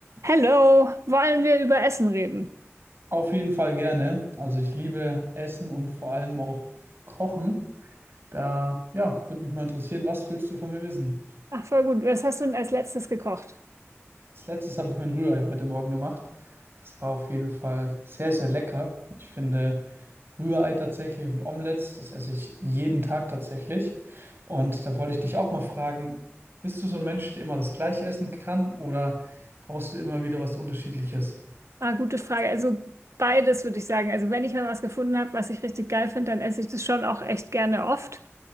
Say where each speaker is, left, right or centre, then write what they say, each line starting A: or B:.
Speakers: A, on the right (about 80°); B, on the right (about 50°).
A: Hello, wollen wir über Essen reden?
B: Auf jeden Fall gerne. Also ich liebe Essen und vor allem auch Kochen. Da, ja, würde mich mal interessieren, was willst du von mir wissen?
A: Ach, voll gut. Was hast du denn als letztes gekocht?
B: Als letztes habe ich mir ein Rührei heute Morgen gemacht. Das war auf jeden Fall sehr, sehr lecker. Ich finde Rührei tatsächlich und Omelettes, das esse ich jeden Tag tatsächlich. Und da wollte ich dich auch mal fragen, bist du so ein Mensch, der immer das Gleiche essen kann oder brauchst du immer wieder was Unterschiedliches?
A: Ah, gute Frage. Also beides würde ich sagen. Also wenn ich mal was gefunden habe, was ich richtig geil finde, dann esse ich das schon auch echt gerne oft.